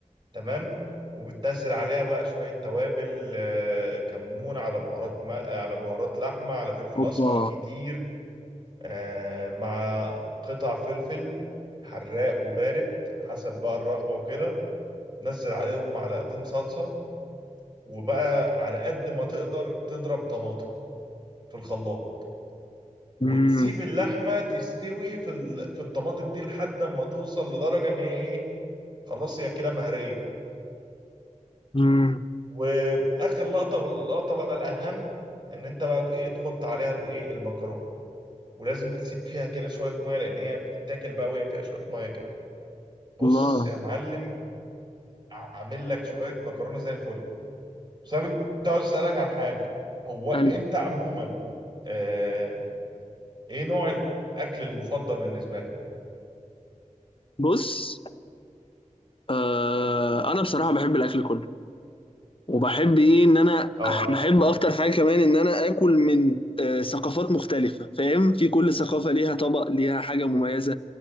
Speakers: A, on the right; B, on the left.
A: تمام وبتنزل عليها بقى شويه توابل آه، كمون على بهارات ما- على بهارات لحمه على فلفل
B: اوبا
A: اسمر كتير آه، مع قطع فلفل حراق وبارد حسب بقى الرغبه وكده نزل عليهم معلقتين صلصه وبقى على قد ما تقدر تضرب طماطم في الخلاط وتسيب
B: امم
A: اللحمه تستوي في ال... في الطماطم دي لحد ما توصل لدرجه ان هي ايه خلاص هي كده مهريه
B: امم
A: واخر لقطه واللقطه بقى الاهم ان انت بقى ايه تحط عليها الايه المكرونه ولازم تسيب فيها كده شويه ميه لان هي بتتاكل بقى وهي فيها شويه ميه كده بص
B: الله
A: يا معلم اعمل لك شويه مكرونه زي الفل بس انا كنت عاوز اسالك عن حاجه هو انت
B: قلبي
A: عموما آه، ايه نوع الاكل المفضل بالنسبه لك
B: بص آه انا بصراحه بحب الاكل كله وبحب ايه ان انا
A: اه
B: أح- بحب اكتر حاجه كمان ان انا اكل من آه، ثقافات مختلفه فاهم في كل ثقافه ليها طبق ليها حاجه مميزه